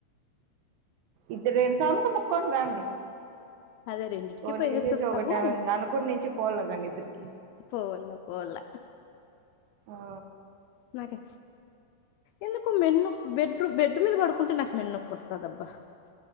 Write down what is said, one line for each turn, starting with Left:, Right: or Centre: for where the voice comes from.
Right: ఇద్దరు రెండు స్వామికి మొక్కొని రండి
Left: అదే రెండిటికి
Right: ఒకరిని
Left: పోయేసి
Right: తీసేసి
Left: వస్తాము
Right: ఒకర్నియాలా ఇంకా అనుకునిచ్చి పోవల్ల కానీ ఇద్దరికి
Left: పోవల్ల పోవల్ల
Right: ఆ
Left: నాకె ఎందుకో మెన్నొప్ బెడ్ రూ బెడ్ మీద పడుకుంటే నాకు మెన్నొప్పి వస్తదబ్బా